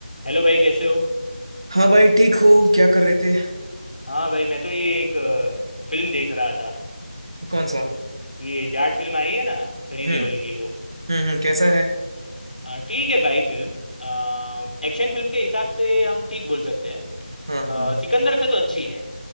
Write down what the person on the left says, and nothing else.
Hello भाई कैसे हो
हाँ भाई मैं तो ये एक अ, फिल्म देख रहा था
ये जाट फिल्म आई है ना सनी
देओल की वो
अ, ठीक है भाई फिल्म अ, एक्शन फिल्म के हिसाब से हम ठीक बोल सकते हैं
अ,
सिकंदर से तो अच्छी है